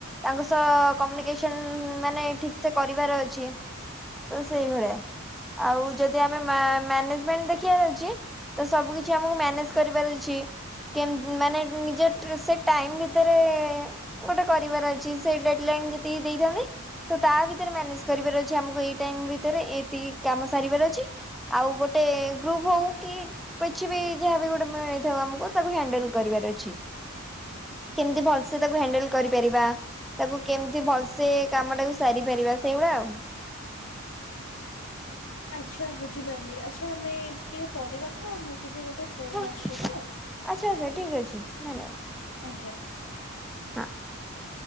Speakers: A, in the centre; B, on the left (about 70°).
A: ତାଙ୍କ ସହ କମ୍ୟୁନିକେସନ ମାନେ ଠିକ୍ ସେ କରିବାର ଅଛି, ତ ସେଇଭଳିଆ। ଆଉ ଯଦି ଆମେ ମା ମ୍ୟାନେଜମେଣ୍ଟ ଦେଖିବାର ଅଛି ତ ସବୁ କିଛି ଆମକୁ ମ୍ୟାନେଜ କରିବାର ଅଛି। କେମ୍ ମାନେ ନିଜ ସେ ଟାଇମ୍ ଭିତରେ ଗୋଟେ କରିବାର ଅଛି ସେ ଡେଡ ଲାଇନ୍ ଯେତିକି ଦେଇଥାନ୍ତି ତ ତା ଭିତରେ ମ୍ୟାନେଜ କରିବାର ଅଛି ଆମକୁ ଏଇ ଟାଇମ୍ ଭିତରେ ଏତିକି କାମ ସାରିବାର ଅଛି। ଆଉ ଗୋଟେ ଗ୍ରୁପ ହଉ କି କିଛି ବି ଯାହାବି ଗୋଟେ ମିଳିଥାଉ ଆମକୁ ତାକୁ ହ୍ୟାଣ୍ଡଲ କରିବାର ଅଛି। କେମିତି ଭଲସେ ତାକୁ ହ୍ୟାଣ୍ଡେଲ କରିପାରିବା। ତାକୁ କେମିତି ଭଲ ସେ କାମଟାକୁ ସାରିପାରିବା ସେଇଭଳିଆ ଆଉ।
B: ଆଚ୍ଛା ବୁଝିପାରିଲି। ଆଚ୍ଛା ଆମେ ଟିକେ ପରେ କଥା ହବା। ମୁଁ ଟିକେ ଗୋଟେ ଫୋନ
A: ଆଚ୍ଛା
B: ଆସୁଛି ତ
A: ଆଚ୍ଛା ଠିଲ ଅଛି ଧନ୍ୟବାଦ।
B: ଆଜ୍ଞା।
A: <inaudible>